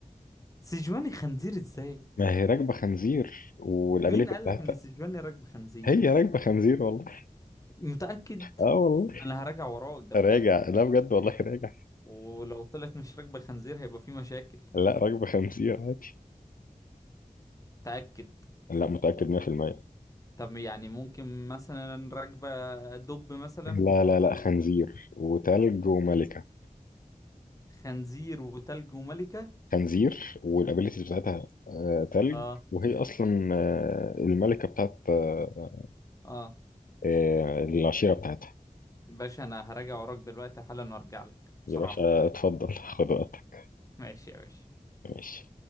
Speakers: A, on the left (about 20°); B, on the left (about 70°).
A: سيجواني خنزير ازاي
B: ما هي راكبة خنزير والابيليتي
A: مين قالك
B: بتاعتها
A: ان سيجواني راكب خنزير
B: هي راكبة خنزير والله
A: متأكد
B: اه والله
A: انا هراجع وراك ده بجد
B: راجع لا بجد والله راجع
A: ولو طلعت مش راكبة خنزير هيبقى في مشاكل
B: لا راكبة خنزير عادي
A: تأكد
B: لا متأكد 100%
A: طب يعني ممكن مثلا راكبة دب مثلا
B: لا لا لا خنزير وتلج وملكة
A: خنزير وتلج وملكة
B: خنزير والابيلتيز بتاعتها آه، تلج
A: اه
B: وهي اصلا آه، الملكه بتاعت آه،
A: اه
B: آه، العشيره بتاعتها
A: باشا انا هراجع وراك دلوقتي حالا وارجع لك بصراحة
B: يا باشا اتفضل خد وقتك
A: ماشي يا باشا
B: ماشي